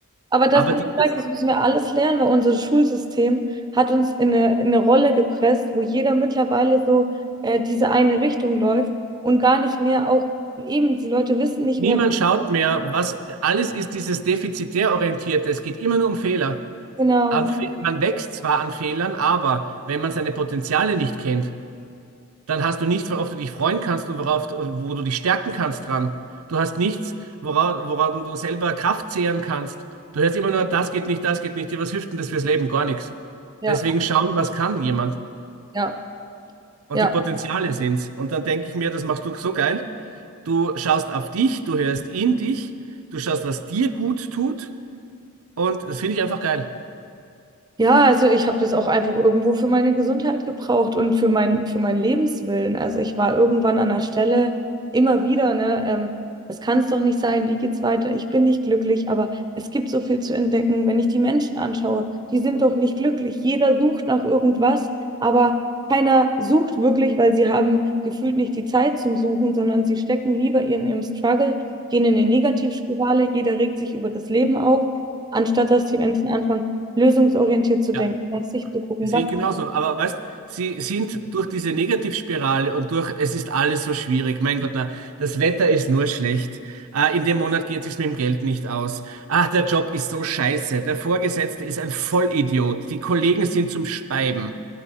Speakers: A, on the right; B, on the right.
A: Aber das,
B: Aber
A: wie
B: dieses,
A: gesagt, das müssen wir alles lernen, weil unser Schulsystem hat uns in eine, in eine Rolle gepresst, wo jeder mittlerweile so äh, diese eine Richtung läuft und gar nicht mehr auch, eben die Leute wissen nicht
B: niemand
A: mehr.
B: schaut mehr, was alles ist, dieses defizitär orientierte. Es geht immer nur um Fehler.
A: Genau,
B: An, Fe- man wächst zwar an Fehlern, aber wenn man seine Potenziale nicht kennt, dann hast du nichts, worauf du dich freuen kannst und worauf, du- wo du dich stärken kannst dran. Du hast nichts, woran, woran du selber Kraft zehren kannst. Du hörst immer nur, das geht nicht, das geht nicht. Ja, was hilft denn das fürs Leben? Gar nichts.
A: Ja,
B: Deswegen schauen, was kann jemand.
A: ja,
B: Und
A: ja.
B: die Potenziale sind's. Und dann denke ich mir, das machst du so geil. Du schaust auf dich, du hörst in dich, du schaust, was dir gut tut. Und das finde ich einfach geil.
A: Ja, also ich habe das auch einfach irgendwo für meine Gesundheit gebraucht und für mein, für meinen Lebenswillen. Also ich war irgendwann an der Stelle immer wieder, ne, ähm, das kann es doch nicht sein, wie geht's weiter? Ich bin nicht glücklich, aber es gibt so viel zu entdecken. Wenn ich die Menschen anschaue, die sind doch nicht glücklich. Jeder sucht nach irgendwas, aber keiner sucht wirklich, weil sie haben gefühlt nicht die Zeit zum Suchen, sondern sie stecken lieber in ihrem Struggle, gehen in eine Negativspirale, jeder regt sich über das Leben auf, anstatt dass die Menschen anfangen lösungsorientiert zu denken,
B: Ja.
A: nach sich zu gucken,
B: Sehe
A: was,
B: ich genauso. Aber weißt, sie sind durch diese Negativspirale und durch, es ist alles so schwierig. Mein Gott, na, das Wetter ist nur schlecht. Ah, in dem Monat geht es sich mit dem Geld nicht aus. Ah, der Job ist so scheiße. Der Vorgesetzte ist ein Vollidiot. Die Kollegen sind zum Speiben.